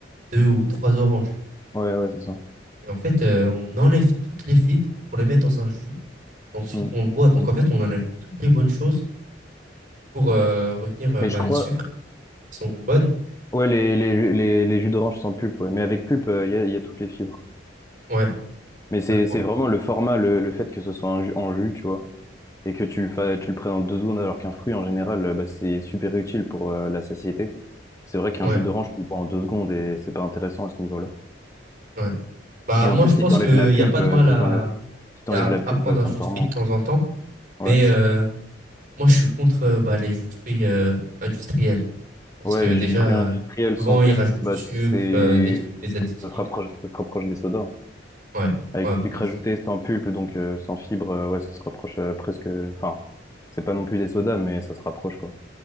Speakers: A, on the right; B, on the left.
A: deux ou trois oranges.
B: Ouais, ouais, c'est ça.
A: Et en fait, euh, on enlève toutes les fibres pour les mettre dans un jus. Ensuite,
B: Mm.
A: on le boit. Donc, en fait, on enlève toutes les bonnes choses pour euh, retenir euh,
B: Mais
A: bah,
B: je crois,
A: les sucres qui sont bonnes
B: ouais, les, les, les, les jus d'orange sans pulpe, ouais. Mais avec pulpe, euh, il y a, y a toutes les fibres.
A: Ouais,
B: Mais
A: je
B: c'est
A: crois.
B: c'est vraiment le format, le, le fait que ce soit un jus, en jus, tu vois, et que tu le, fa- tu le présentes deux secondes alors qu'un fruit, en général, euh, bah, c'est super utile pour euh, la satiété. C'est vrai qu'un
A: Ouais,
B: jus d'orange, tu le bois en deux secondes et c'est pas intéressant à ce niveau-là.
A: ouais. Bah
B: Et
A: moi
B: en plus,
A: je
B: si
A: pense
B: t'enlèves
A: que
B: la pulpe,
A: y a pas de
B: euh,
A: mal
B: si
A: à,
B: t'enlèves, si t'enlèves
A: à
B: la pulpe,
A: à prendre
B: euh,
A: un
B: c'est
A: jus
B: encore
A: de fruits
B: moins.
A: de temps en temps,
B: Ouais.
A: mais euh, moi je suis contre euh, bah, les jus de fruits euh, industriels parce
B: Ouais,
A: que
B: le
A: déjà
B: jus de fruits industriel
A: euh, souvent
B: sans pulpe,
A: ils rajoutent du
B: bah,
A: sucre,
B: c'est,
A: euh, des trucs, des additifs.
B: ça se rapproche,
A: des trucs.
B: ça se rapproche des sodas.
A: Ouais,
B: Avec
A: ouais pour
B: du sucre
A: moi c'est
B: ajouté sans pulpe, donc euh, sans fibre, euh, ouais, ça se rapproche euh, presque, enfin, c'est pas non plus des sodas, mais ça se rapproche, quoi.